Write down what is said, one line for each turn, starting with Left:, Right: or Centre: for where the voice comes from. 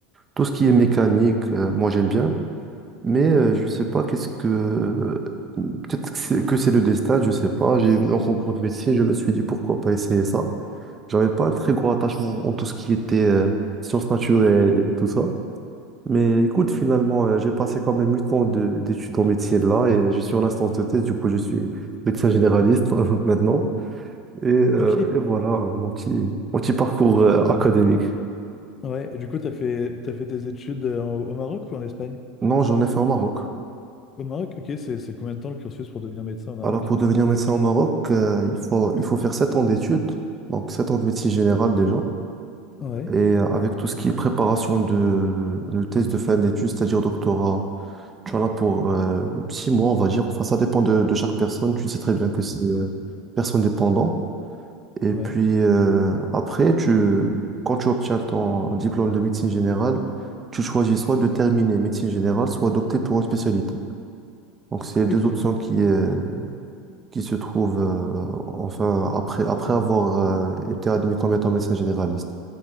Right: Tout ce qui
Left: Ouais,
Right: est mécanique, euh, moi j'aime bien, mais euh, je sais pas qu'est-ce que... Peut-être que c'est que c'est le destin, je sais pas. J'ai eu mon concours de médecine, je me suis dit pourquoi pas essayer ça. J'avais pas un très gros attachement en tout ce qui était euh, sciences naturelles et tout ça. Mais écoute, finalement, euh, j'ai passé quand même 8 ans de- d'études en médecine là et je suis en instance de thèse, du coup je suis médecin généraliste <laughs> maintenant. Et, euh,
Left: ok,
Right: et voilà mon petit, mon petit parcours euh, académique.
Left: ouais. Et du coup, t'as fait, t'as fait tes études euh, en- au Maroc ou en Espagne?
Right: Non, j'en ai fait au Maroc.
Left: Au Maroc, ok, c'est, c'est combien de temps le cursus pour devenir médecin au Maroc?
Right: Alors, pour devenir médecin au Maroc, euh, il faut, il faut faire 7 ans d'études, donc 7 ans de médecine générale déjà,
Left: Ouais,
Right: et euh, avec tout ce qui est préparation de, de thèse de fin d'études, c'est-à-dire doctorat, tu en as pour euh, 6 mois, on va dire. Enfin, ça dépend de, de chaque personne, tu sais très bien que c'est euh, personne dépendant. Et
Left: ouais,
Right: puis euh, après, tu, quand tu obtiens ton diplôme de médecine générale, tu choisis soit de terminer médecine générale, soit d'opter pour une spécialité. Donc, c'est les deux
Left: ok.
Right: options qui, euh, qui se trouve, euh, enfin, après, après avoir euh, été admis comme étant médecin généraliste.